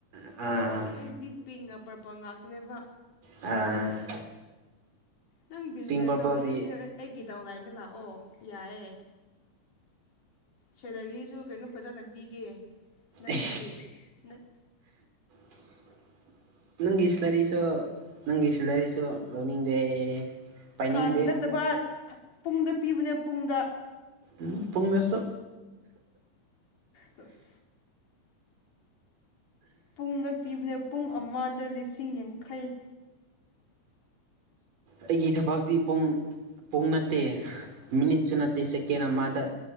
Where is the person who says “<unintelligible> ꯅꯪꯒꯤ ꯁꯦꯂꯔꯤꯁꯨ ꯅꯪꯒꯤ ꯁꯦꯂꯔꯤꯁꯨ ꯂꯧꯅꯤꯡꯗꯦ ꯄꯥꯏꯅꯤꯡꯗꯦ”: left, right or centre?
Right